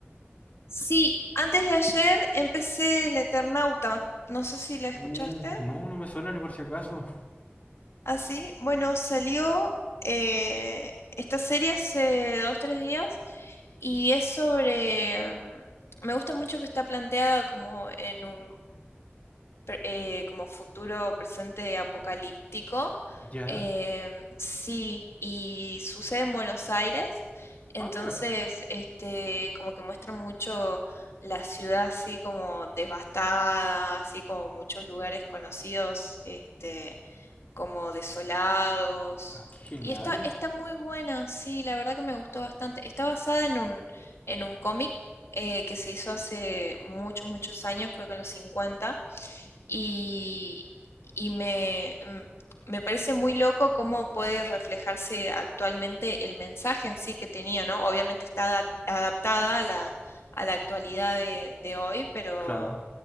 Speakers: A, on the left (about 75°); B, on the left (about 35°).
A: Sí, antes de ayer empecé El Eternauta, no sé si la escuchaste.
B: Uh, no, no me suena ni por si acaso.
A: Así, bueno, salió eh, esta serie hace dos, tres días y es sobre... mm, Me gusta mucho que está planteada como en un pre- eh, como futuro presente apocalíptico.
B: ¿Ya?
A: Eh, sí, y sucede en Buenos Aires, entonces
B: Ah, mira.
A: este, como que muestra mucho la ciudad así como devastada, así como muchos lugares conocidos, este, como desolados.
B: Ah, qué genial.
A: Y está, está muy buena, sí, la verdad que me gustó bastante. Está basada en un, en un cómic eh, que se hizo hace muchos, muchos años, creo que en los 50 y, y me, mm, me parece muy loco cómo puede reflejarse actualmente el mensaje en sí que tenía, ¿no? Obviamente está ada- adaptada a la, a la actualidad de, de hoy, pero,
B: Claro.